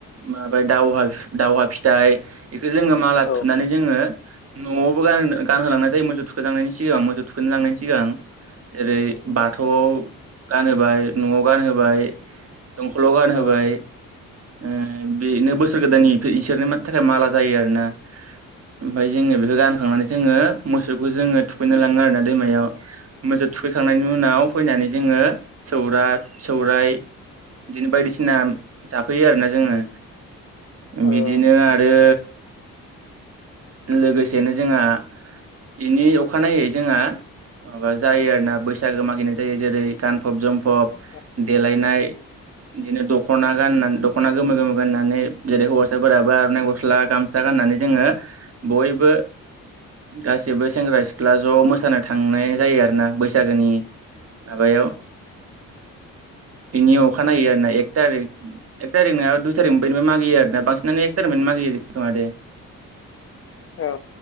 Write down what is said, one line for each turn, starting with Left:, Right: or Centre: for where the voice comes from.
Right: माबाय दावहा दावहा फिथाइ इखो जोङो माला
Left: औ
Right: थुनानै जोङो नआवबो गानो गानहोलांनाय जायो मोसौ थुखैखांनायनि सिगां मोजौ थुखैनो लांनायनि सिगां एरै बाथौआव गानहोबाय नआव गानहोबाय दंखलाव गानहोबाय
Left: औ
Right: ओ बेनो बोसोर गोदाननि इसोरनो मि थाखाय माला जायो आरोना ओमफाय जोङो बेखौ गानहोखांनानै जोङो मोसौ खौ जोङो थुखैनो
Left: औ
Right: लाङो
Left: नोंथां
Right: आरोना दैमायाव मोसौ थुखैखांनायनि उनाव फैनानै जोङो सौराय सा
Left: औ
Right: सौराइ बिदिनो बायदिसिना जाफैयो आरोना जोङो
Left: औ
Right: बिदिनो आरो लोगोसेनो जोंहा बेनि अखानायै जोंहा माबा जायो आरोना बैसागो मागिनाय जायो जेरै गानफब जोमफब
Left: औ
Right: देलायनाय बिदिनो दखना गाननानै दखना गोमो गोमो गाननानै जेरै हौवासाफोराबो आरनाइ गस्ला गामसा गान नानै जोङो बयबो गा गासिबो सेंग्रा सिख्ला ज मोसानो थांनाय जायो आरोना बैसागोनि माबायाव बेनि अखानायै आरोना एक थारिक एक थारिख नङाबा दुइ थारिखनिफ्रायबो मागियो आरोना बांसिनानो एक थारिखनि मा गियो खोमादे
Left: औ